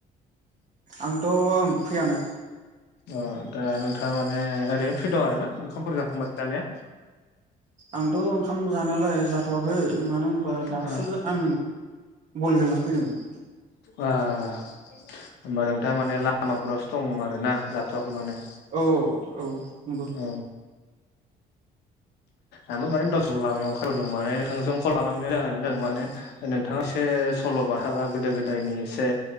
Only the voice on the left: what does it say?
अ दा नोंथाङा माने ओरैनो फ्रि दं आरोना ओंखामफोर जाखांबाय जानाया?
ओ
ओ होमबा नोंथाङा माने लामाफोरावसो दं आरोना जाथवाखै माने।
औ आंबो माने दसम लामायाव ओंखारबोदों माने नोंथांस कल खालामनाय जाहोनानो जादों माने नोंथाङा एसे सल बाथा बा गोदो गोदायनि एसे